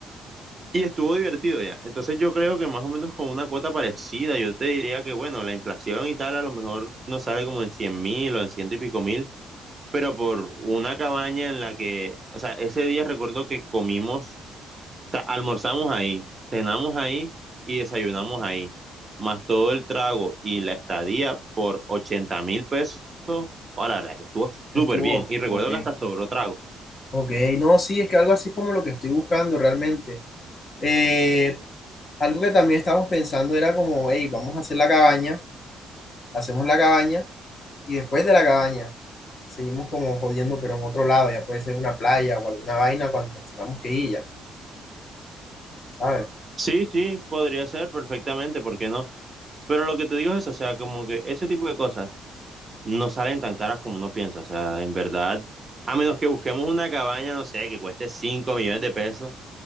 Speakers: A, on the right; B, on the left.
A: Y estuvo divertido ya. Entonces yo creo que más o menos con una cuota parecida, yo te diría que, bueno, la inflación y tal a lo mejor nos sale como en cien mil o en ciento y pico mil, pero por una cabaña en la que, o sea, ese día recuerdo que comimos, o sea, almorzamos ahí, cenamos ahí y desayunamos ahí, más todo el trago y la estadía por ochenta mil pesos. Oh, la verdad que estuvo súper
B: Estuvo,
A: bien. Y recuerdo
B: ok.
A: que hasta sobró trago.
B: Ok, no, sí, es que algo así es como lo que estoy buscando realmente. Eh, algo que también estábamos pensando era como, hey, vamos a hacer la cabaña, hacemos la cabaña y después de la cabaña seguimos como jodiendo, pero en otro lado, ya puede ser una playa o alguna vaina cuando nos tengamos que ir ya, ¿sabes?
A: Sí, sí, podría ser perfectamente, ¿por qué no? Pero lo que te digo es eso, o sea, como que ese tipo de cosas no salen tan caras como uno piensa, o sea, en verdad, a menos que busquemos una cabaña, no sé, que cueste 5 millones de pesos,